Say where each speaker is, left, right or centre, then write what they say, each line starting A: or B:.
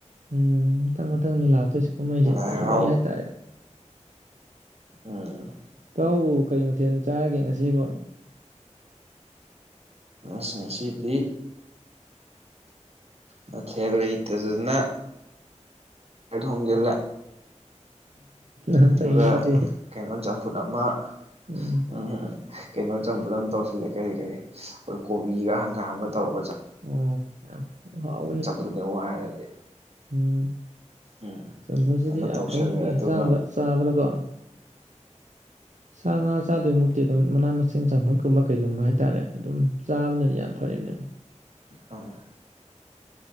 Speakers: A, on the right (about 75°); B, on the right (about 55°).
A: ꯎꯝ ꯃꯊꯪ ꯃꯊꯪꯅꯤ ꯂꯥ ꯀꯨꯝꯍꯩꯁꯤ
B: ꯂꯥꯏ
A: ꯃꯔꯤ
B: ꯍꯔꯥꯎ
A: ꯃꯔꯤ ꯍꯥꯏꯇꯥꯔꯦ
B: ꯎꯝ
A: ꯏꯇꯥꯎꯕꯨ ꯀꯔꯤ ꯃꯊꯦꯜ ꯆꯥꯔꯒꯦ ꯉꯁꯤꯕꯨ
B: ꯑꯁ ꯉꯁꯤꯗꯤ ꯃꯊꯦꯜ ꯂꯩꯇꯗꯅ ꯊꯣꯡꯖꯤꯜꯂꯦ
A: ꯎꯝ
B: ꯑꯗꯨꯒ
A: ꯐꯩꯌꯦ ꯑꯗꯨꯗꯤ
B: ꯀꯩꯅꯣ ꯆꯝꯐꯨꯠ ꯑꯃ
A: ꯎꯝ
B: ꯎꯝꯝ ꯀꯩꯅꯣ ꯆꯝꯐꯨꯠ ꯑꯃ ꯇꯧꯁꯤꯜꯂꯦ ꯀꯔꯤ ꯀꯔꯤ ꯀꯣꯕꯤꯒ ꯍꯪꯒꯥꯝꯒ ꯇꯧꯔꯒ ꯆꯪ
A: <unintelligible> ꯍꯥꯎꯕꯅꯤ
B: ꯆꯝꯐꯨꯠꯅꯦꯕꯨ ꯍꯥꯏꯔꯗꯤ
A: ꯎꯝ
B: ꯎꯝ
A: ꯆꯝꯐꯨꯠꯁꯤꯗꯤ
B: ꯑꯃ
A: ꯌꯥꯝ
B: ꯇꯧꯁꯜꯂꯦ
A: ꯐꯩ ꯑꯈꯣꯏ
B: ꯑꯗꯨꯒ
A: ꯍꯛꯆꯥꯡꯗ ꯆꯥꯕꯗꯀꯣ ꯁꯥ ꯉꯥ ꯆꯥꯗꯣꯏꯃꯨꯛꯇꯤ ꯑꯗꯨꯝ ꯃꯅꯥ ꯃꯁꯤꯡ ꯆꯝꯐꯨꯠꯀꯨꯝꯕ ꯀꯩꯒꯨꯝꯕ ꯍꯥꯏ ꯇꯥꯔꯦ ꯑꯗꯨꯝ ꯆꯥꯕꯅꯗꯤ ꯌꯥꯝ ꯐꯔꯤꯅꯦ
B: <unintelligible>